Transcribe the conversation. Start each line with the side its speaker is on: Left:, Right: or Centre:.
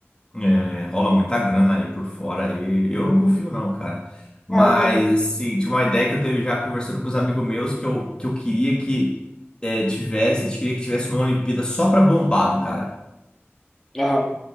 Left: É, rola muita grana aí por fora aí. Eu não confio, não, cara. Mas,
Centre: Ah, eu também.
Left: assim, tinha uma ideia que eu teve já conversando com os amigos meus que eu, que eu queria que é, tivesse, a gente queria que tivesse uma Olimpíada só pra bombado, cara.
Centre: Aham.